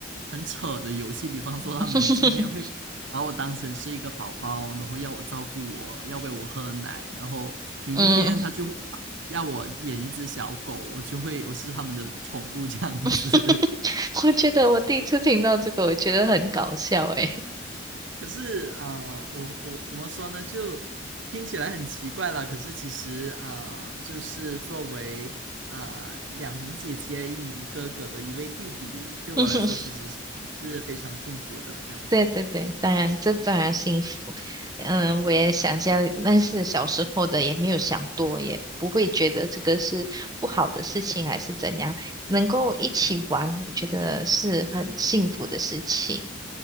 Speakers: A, on the right; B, on the right.
A: 很扯的游戏，比方说他们今天会把我当成是一个宝宝，
B: <laughs>
A: 然后要我照顾我，要喂我喝奶，然后明天他就会把要我演一只小狗，
B: 嗯，
A: 我就会我是他们的宠物这样子。
B: <laughs> 我觉得我第一次听到这个，我觉得很搞笑诶。
A: 可是啊、呃我我怎么说呢？就听起来很奇怪啦。可是其实啊、呃就是作为啊、呃两名姐姐、一名哥哥的一位弟弟，对我来说其实是是非常幸福的这样子。
B: <laughs> 对对对，当然，这当然幸福。嗯，我也想一下，那是小时候的，也没有想多，也不会觉得这个是不好的事情还是怎样。能够一起玩，我觉得是很幸福的事情，